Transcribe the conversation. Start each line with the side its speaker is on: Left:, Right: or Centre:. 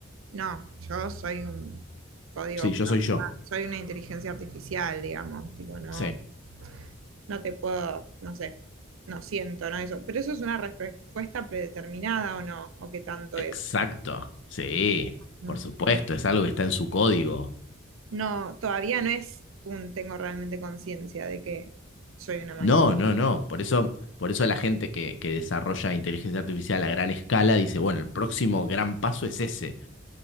Right: no, yo soy un código
Left: Sí, yo
Right: programado,
Left: soy yo.
Right: soy una inteligencia artificial, digamos, tipo, no,
Left: Sí.
Right: no te puedo, no sé, no siento, no eso, pero eso es una respuesta predeterminada o no, o qué tanto
Left: Exacto.
Right: es.
Left: Sí,
Right: Mm.
Left: por supuesto, es algo que está en su código.
Right: No, todavía no es un tengo realmente conciencia de que soy una máquina.
Left: No, no, no. Por eso, por eso la gente que, que desarrolla inteligencia artificial a gran escala dice, bueno, el próximo gran paso es ese.